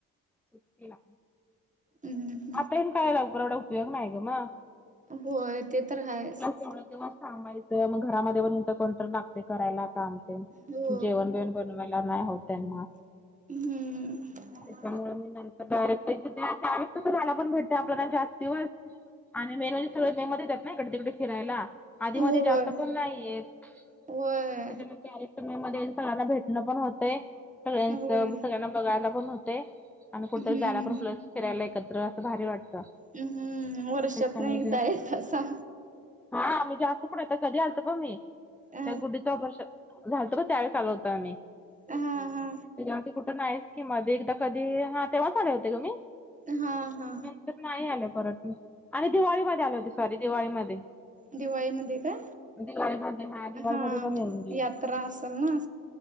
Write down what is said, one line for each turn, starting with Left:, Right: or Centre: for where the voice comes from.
Centre: सुट्टीला
Right: हम्म् हम्म हम्म
Centre: आता हीन काय, लवकर एवढा उपयोग नाही ग म
Right: होय, ते तर हायच.
Centre: एवढे दिवस थांबायचं, मग घरामध्ये पण <unintelligible> कोणतर लागतंय करायला काम, तेन
Right: हो
Centre: जेवण- बिवण बनवाय. ना नाही होतयस
Right: हम्म
Centre: त्यामुळं मी नंतर डायरेक्ट त्या... व मला पण भेटते, आपल्याला जास्ती वेळ आणि मी <unintelligible> मे मध्ये.. नाई, इकड तिकडे फिरायला आधीमध्ये
Right: होय
Centre: जास्त कोण नाही येत. त्यांच्यामुळे
Right: होय
Centre: ते आले. तुम्ही मध्ये सगळ्यांना भेटणं पण होतेय. सगळ्यां
Right: होय
Centre: सगळ्यांना बघायला पण होतेय. आण कुटतरी
Right: हम्म
Centre: जायला पण, प्लस फिरायला एकत्र असं भारी वाटतं.
Right: हम्म... वर्षातन
Centre: त्याच्यामध्ये
Right: एकदा येतासा.
Centre: हा मी जास्त कुठं येते? कधी आलते? बघ, मी
Right: अ
Centre: त्या गुड्डीचं ऑपरेशन! झालतं बघ, त्यावेळेस आलो होतो आम्ही,
Right: हा हा
Centre: त्या आणखी कुठ? नाई की, मधी एकदा कधी हा तेव्हाचं आले होते गं मी
Right: हा हा
Centre: तर नाही आले परत मी आणि दिवाळी मध्ये आले होते सॉरी दिवाळीमध्ये.
Right: दिवाळी मध्ये का,
Centre: दिवाळीमध्ये दिवाळीमध्ये
Right: हा
Centre: पण येऊन गेले
Right: यात्रा असंल ना